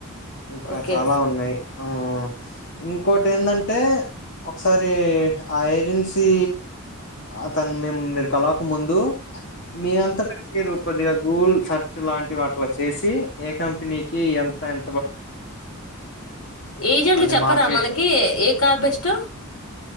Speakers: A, on the left; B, on the left.
A: ఇంకా
B: ఓకే.
A: చాలా ఉన్నాయి. ఆ ఇంకోటి ఏందంటే ఒకసారి ఆ ఏజెన్సీ అతన్ని మేమ్ మీరు కలవక ముందు మీ అంతటగా మీరు కొద్దిగా గూగుల్ సర్చ్ లాం టివి అట్ల చేసి ఏ కంపెనీకి ఎంత ఎం
B: ఏజెంట్లు
A: అన్ని
B: చెప్పరా
A: మార్కెట్
B: మనకి ఏ కార్ బెస్టో.